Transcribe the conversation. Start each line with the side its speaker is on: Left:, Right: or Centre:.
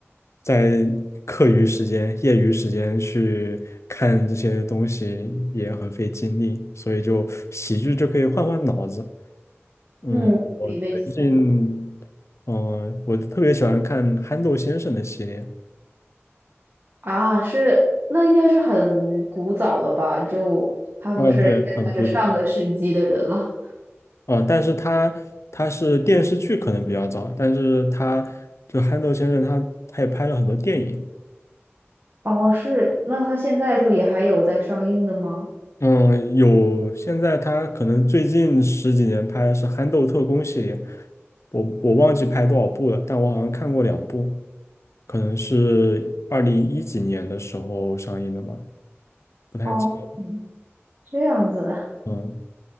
Left: 在课余时间、业余时间去看这些东西也很费精力，所以就喜剧就可以换换脑子。嗯，
Right: 嗯，
Left: 我最近，
Right: 对，没错。
Left: 嗯、我特别喜欢看憨豆先生的系列，
Right: 啊，是，那应该是很古早的吧？就他不是应该算是上个世纪的人了。
Left: 啊，对，很古早。哦，呃但是他他是电视剧可能比较早，但是他就憨豆先生他他也拍了很多电影。
Right: 哦，是，那他现在就也还有在上映的吗？
Left: 嗯，有，现在他可能最近十几年拍的是《憨豆特工》系列，我我忘记拍多少部了，但我好像看过两部，可能是二零一几年的时候上映的吧，不太记得。
Right: 哦，嗯这样子，
Left: 嗯，